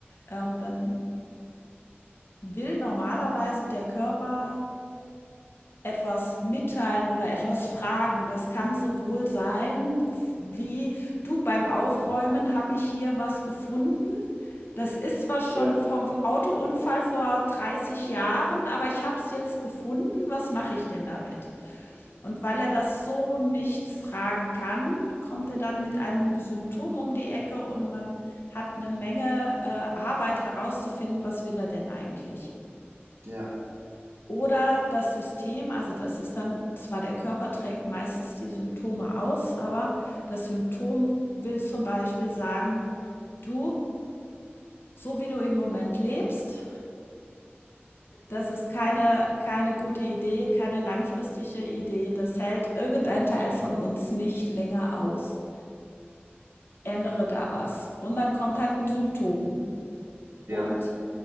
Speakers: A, on the left; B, on the right.
A: ähm, dann will normalerweise der Körper etwas mitteilen oder etwas fragen. Das kann sowohl sein, f wie: „Du, beim Aufräumen habe ich hier was gefunden. Das ist zwar schon
B: ja,
A: vom Autounfall vor 30 Jahren, aber ich habe es jetzt gefunden. Was mache ich denn damit?“ Und weil er das so nicht fragen kann, kommt er dann mit einem Symptom um die Ecke und man hat eine Menge, äh, Arbeit herauszufinden, was will er denn eigentlich?
B: ja,
A: Oder das System, also das ist dann zwar der Körper trägt meistens die Symptome aus, aber das Symptom will zum Beispiel sagen, du, so wie du im Moment lebst, das ist keine, keine gute Idee, keine langfristige Idee, das hält irgendein Teil von uns nicht länger aus. Ändere da was. Und dann kommt halt ein Symptom.
B: ja.
A: Und